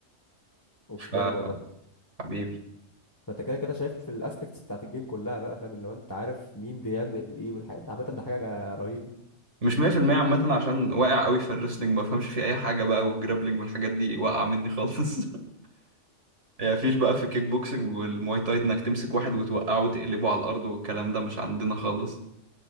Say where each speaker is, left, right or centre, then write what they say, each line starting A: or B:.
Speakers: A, on the left; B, on the right.
A: اوف
B: ف
A: جامد والله
B: حبيبي
A: فانت كده كده شايف الاسبكتس بتاعت الجيم كلها بقى فاهم اللي هو انت عارف مين بيعمل ايه والحاجات ده عامه ده حاجه رهيبه
B: مش 100% عامة عشان واقع قوي في الريسلينج ما بفهمش فيه اي حاجة بقى والجرابلينج والحاجات دي واقعة مني خالص <laughs> يعني مفيش بقى في الكيك بوكسنج والمواي تاي انك تمسك واحد وتوقعه وتقلبه على الارض والكلام ده مش عندنا خالص